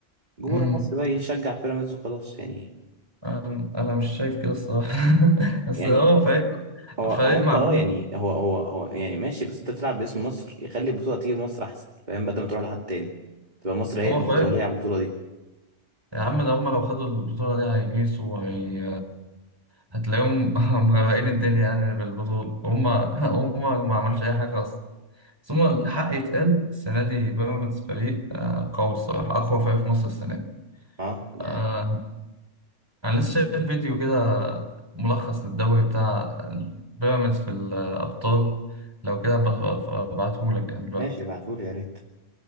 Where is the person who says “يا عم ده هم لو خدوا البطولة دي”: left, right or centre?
Right